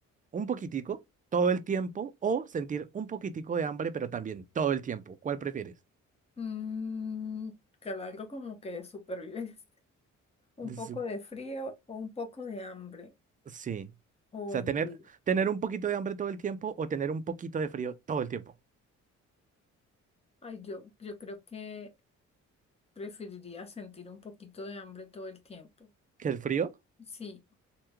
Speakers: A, on the right (about 25°); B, on the left (about 20°).
A: un poquitico todo el tiempo o sentir un poquitico de hambre, pero también todo el tiempo? ¿Cuál prefieres?
B: Mm, claro, algo como que de supervivencia. <laughs> Un
A: Su-
B: poco de frío o un poco de hambre.
A: Sí.
B: Oye,
A: O sea, tener, tener un poquito de hambre todo el tiempo o tener un poquito de frío todo el tiempo.
B: ay, yo, yo creo que preferiría sentir un poquito de hambre todo el tiempo.
A: ¿Qué el frío?
B: Sí.